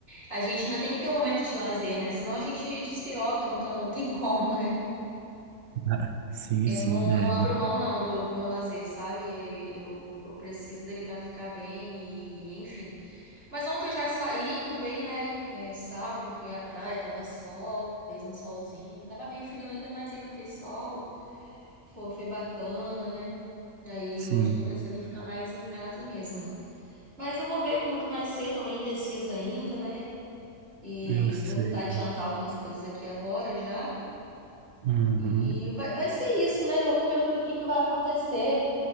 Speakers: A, on the right (about 40°); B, on the right (about 75°).
A: A gente ainda tem que ter um momento de lazer, né? Senão a gente despiroca, não, tem- não tem <laughs> como, né?
B: Ah, Sim,
A: Eu
B: sim,
A: não,
B: é.
A: não abro
B: não-
A: mão, não, do, do meu lazer, sabe? Eu, eu preciso dele pra ficar bem, e enfim. Mas ontem eu já saí também, né? É, sábado fui à praia, tava sol, fez um solzinho. Tava meio frio ainda, mas ainda fez sol. Foi, foi bacana, né? Aí
B: Sim,
A: hoje eu tô pensando em ficar mais em casa mesmo, né? Mas eu vou ver como é que vai ser, tô meio indecisa ainda, né? E
B: eu sei.
A: vou tentar adiantar algumas coisas aqui agora já.
B: Uhum.
A: E vai, vai ser isso, né? Vamos ver o que que vai acontecer.